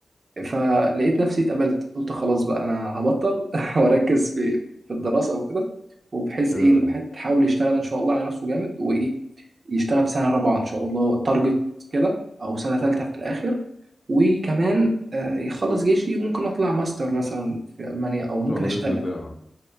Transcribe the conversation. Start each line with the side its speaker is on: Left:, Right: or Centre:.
Right: فلقيت نفسي اتقبلت قلت خلاص بقى انا هبطل <laughs> واركز في في الدراسه وكده وبحيث
Left: حلو
Right: ايه الواحد
Left: قوي ان
Right: يحاول يشتغل ان شاء الله على نفسه جامد وايه يشتغل في سنه رابعه ان شاء الله تارجت كده او سنه ثالثه في الاخر وكمان آه، يخلص جيشي وممكن اطلع ماستر مثلا في المانيا او ممكن
Left: شاء الله
Right: اشتغل
Left: باذن الله اه.